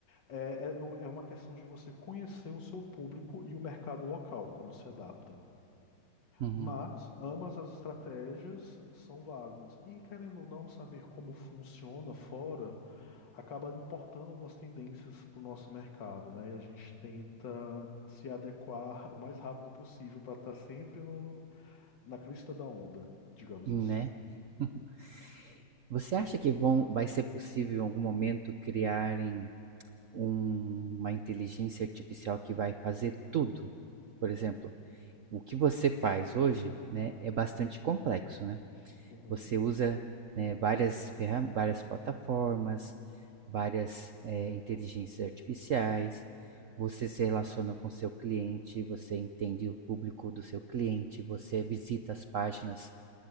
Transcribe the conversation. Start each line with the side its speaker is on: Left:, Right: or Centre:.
Left: é, é é uma questão de você conhecer o seu público e o mercado local, como se adapta.
Right: uhum.
Left: Mas ambas as estratégias são válidas. E querendo ou não saber como funciona fora, acaba importando algumas tendências para o nosso mercado, né? E a gente tenta se adequar o mais rápido possível para estar sempre no, na crista da onda, digamos
Right: Né?
Left: assim.
Right: <laughs> Você acha que vão, vai ser possível em algum momento criarem um- uma inteligência artificial que vai fazer tudo? Por exemplo, o que você faz hoje, né, é bastante complexo, né?
Left: Uhum.
Right: Você usa, né, várias, ferra- várias plataformas, várias, eh, inteligências artificiais, você se relaciona com seu cliente, você entende o público do seu cliente, você visita as páginas